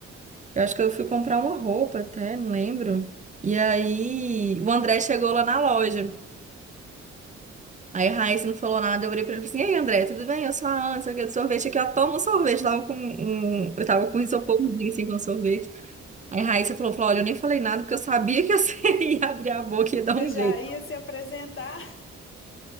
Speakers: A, on the right; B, on the left.
A: Eu acho que eu fui comprar uma roupa até, não lembro. E aí o André chegou lá na loja. Aí a Raíssa não falou nada, eu olhei pra ele e falei assim, e aí André, tudo bem? Eu sou a Ana, sei o que, de sorvete aqui, ó, toma um sorvete. Eu tava com um... um, Eu tava com um isoporzinho, assim, com sorvete. Aí a Raíssa falou, falou, olha, eu nem falei nada, porque eu sabia que você <laughs> ia abrir a boca e ia dar
B: Você
A: um
B: já
A: jeito.
B: ia se apresentar?